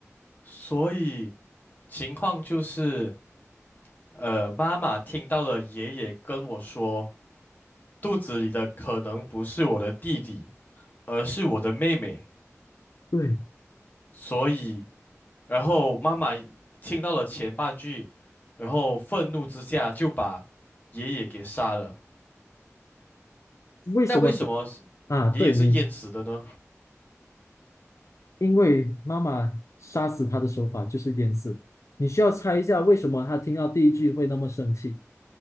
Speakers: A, on the left; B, on the left.
A: 所以情况就是，呃，妈妈听到了爷爷跟我说，肚子里的可能不是我的弟弟，而是我的妹妹，
B: 对，
A: 所以。然后妈妈听到了前半句，然后愤怒之下就把爷爷给杀了。
B: 为什么这？
A: 那为什么是爷爷是淹死的呢？
B: 啊，对你。因为妈妈杀死他的手法就是淹死。你需要猜一下为什么他听到第一句会那么生气，